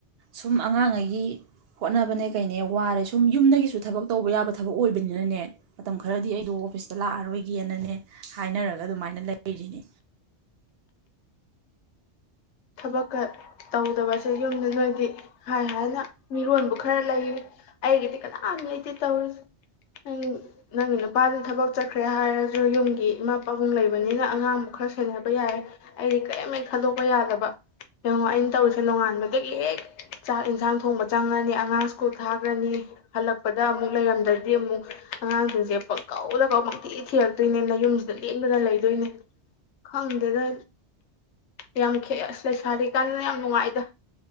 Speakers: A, on the right; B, on the left.
A: ꯁꯨꯝ ꯑꯉꯥꯡꯉꯩꯒꯤ ꯍꯣꯠꯅꯕꯅꯦ ꯀꯩꯅꯦ ꯋꯥꯔꯦ ꯁꯨꯝ ꯌꯨꯝꯗꯒꯤꯁꯨ ꯊꯕꯛ ꯇꯧꯕ ꯌꯥꯕ ꯊꯕꯛ ꯑꯣꯏꯕꯅꯤꯅꯅꯦ ꯃꯇꯝ ꯈꯔꯗꯤ ꯑꯩꯗꯣ ꯑꯣꯐꯤꯁꯇ ꯂꯥꯛꯑꯔꯣꯏꯒꯦꯅꯅꯦ ꯍꯥꯏꯅꯔꯒ ꯑꯗꯨꯃꯥꯏꯅ ꯂꯩꯔꯤꯅꯦ
B: ꯊꯕꯛꯀ ꯇꯧꯗꯕꯁꯦ ꯌꯨꯝꯗ ꯅꯣꯏꯗꯤ ꯍꯥꯏ ꯍꯥꯏꯅ ꯃꯤꯔꯣꯟꯕꯨ ꯈꯔ ꯂꯩ ꯑꯩꯒꯤꯗꯤ ꯀꯅꯥꯝ ꯂꯩꯇꯦ ꯇꯧꯔꯤꯁꯦ ꯅ ꯅꯪꯒꯤ ꯅꯨꯄꯥꯅ ꯊꯕꯛ ꯆꯠꯈ꯭ꯔꯦ ꯍꯥꯏꯔꯁꯨ ꯌꯨꯝꯒꯤ ꯏꯃꯥ ꯄꯥꯕꯨꯡ ꯂꯩꯕꯅꯤꯅ ꯑꯉꯥꯡꯕꯨ ꯈꯔ ꯁꯦꯟꯅꯕ ꯌꯥꯏ ꯑꯩꯗꯤ ꯀꯔꯤꯝꯩ ꯈꯟꯗꯣꯛꯄ ꯌꯥꯗꯕ ꯌꯦꯡꯉꯣ ꯑꯩꯅ ꯇꯧꯔꯤꯁꯦ ꯅꯣꯡꯉꯥꯟꯕꯗꯒꯤ ꯍꯦꯛ ꯆꯥꯛ ꯌꯦꯟꯁꯥꯡ ꯊꯣꯡꯕ ꯆꯪꯉꯅꯤ ꯑꯉꯥꯡ ꯁ꯭ꯀꯨꯜ ꯊꯥꯈ꯭ꯔꯅꯤ ꯍꯜꯂꯛꯄꯗ ꯑꯃꯨꯛ ꯂꯩꯔꯝꯗ꯭ꯔꯗꯤ ꯑꯃꯨꯛ ꯑꯉꯥꯡꯁꯤꯡꯁꯦ ꯄꯪꯀꯧꯗ ꯀꯧ ꯄꯪꯛꯇꯤ ꯊꯤꯔꯛꯇꯣꯏꯅꯦꯅ ꯌꯨꯝꯁꯤꯗ ꯂꯦꯡꯗꯅ ꯂꯩꯗꯣꯏꯅꯦ ꯈꯪꯗꯦꯗ ꯌꯥꯝ ꯈꯦ ꯑꯁ ꯂꯩꯁꯥꯔꯤꯀꯥꯟꯗꯅ ꯌꯥꯝ ꯅꯨꯡꯉꯥꯏꯗ